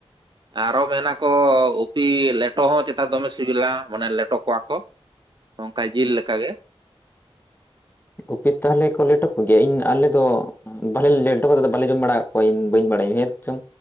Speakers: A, on the right (about 50°); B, on the left (about 20°).
A: ᱟᱨᱚ ᱢᱮᱱᱟᱠᱚ ᱩᱯᱤ ᱞᱮᱴᱚ ᱦᱚᱸ ᱪᱮᱛᱟ ᱫᱚᱢᱮ ᱥᱤᱵᱤᱞᱟ ᱢᱟᱱᱮ ᱞᱮᱴᱚ ᱠᱚᱣᱟ ᱠᱚ᱾ ᱚᱝᱠᱟ ᱡᱤᱞ ᱞᱮᱠᱟᱜ ᱜᱮ
B: ᱩᱯᱤ ᱛᱟᱦᱚᱞᱮ ᱠᱚ ᱞᱮᱴᱚ ᱠᱚ ᱜᱮᱭᱟ ᱤᱧ ᱟᱞᱮ ᱫᱚ ᱵᱟᱞᱮ ᱞᱮᱴᱚ ᱠᱟᱛᱮ ᱫᱚ ᱵᱟᱞᱮ ᱡᱚᱢ ᱵᱟᱲᱟ ᱠᱟᱜ ᱠᱚᱣᱟ ᱤᱧ ᱵᱟᱹᱧ ᱵᱟᱲᱟᱭᱟ ᱦᱮᱸ ᱪᱚᱝ